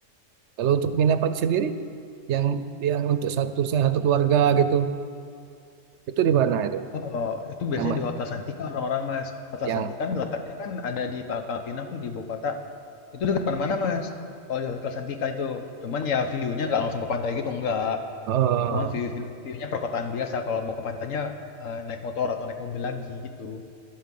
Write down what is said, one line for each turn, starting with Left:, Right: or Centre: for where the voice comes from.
Right: Kalau untuk penginapan sendiri, yang yang untuk satu satu keluarga gitu, itu di mana itu?
Left: Oh, kalau itu biasanya
Right: Nama
Left: di Hotel Santika orang-orang Mas. Hotel
Right: yang
Left: Santika kan letaknya kan ada di Pangkal Pinang tuh di ibu kota. Itu dekat mana-mana Mas. Kalau di Hotel Santika itu, cuman ya view-nya nggak langsung ke pantai gitu enggak.
Right: oh
Left: Cuman view, view, nya perkotaan biasa. Kalau mau ke pantainya eh, naik motor atau naik mobil lagi gitu.